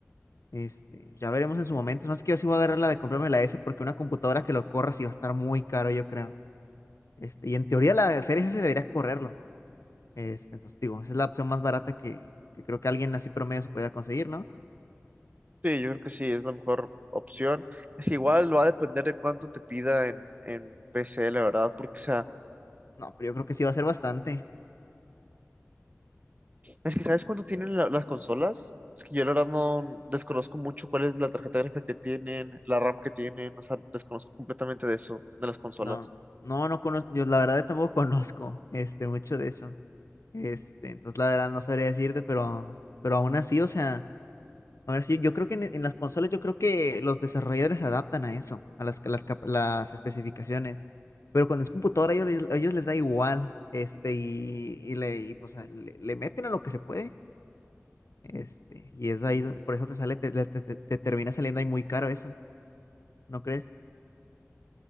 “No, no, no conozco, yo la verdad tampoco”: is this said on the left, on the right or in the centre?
Left